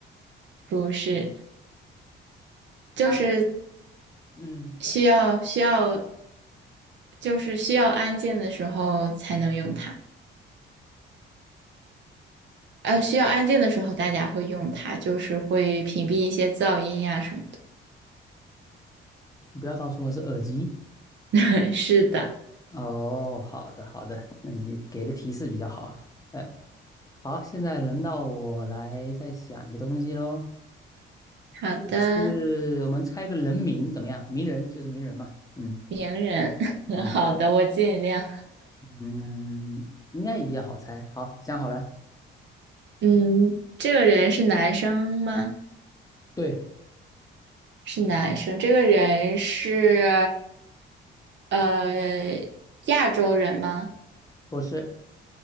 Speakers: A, on the right; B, on the left.
A: 不是，就是
B: 它，嗯，
A: 需要需要，就是需要安静的时候才能用它。呃，需要安静的时候大家会用它，就是会屏蔽一些噪音呀、什么的。
B: 你不要告诉我是耳机。
A: <laughs> 是的，
B: 哦，好的，好的，那你给的提示比较好。哎。好，现在轮到我来再想一个东西喽，
A: 好的，
B: 是我们猜个人名怎么样？名人就是名人嘛，嗯
A: 名人，<laughs>
B: 嗯，
A: 好的，我尽量。
B: 嗯，应该也比较好猜。好，想好了，
A: 嗯，这个人是男生吗？
B: 对，
A: 是男生。这个人是，呃，亚洲人吗？
B: 不是，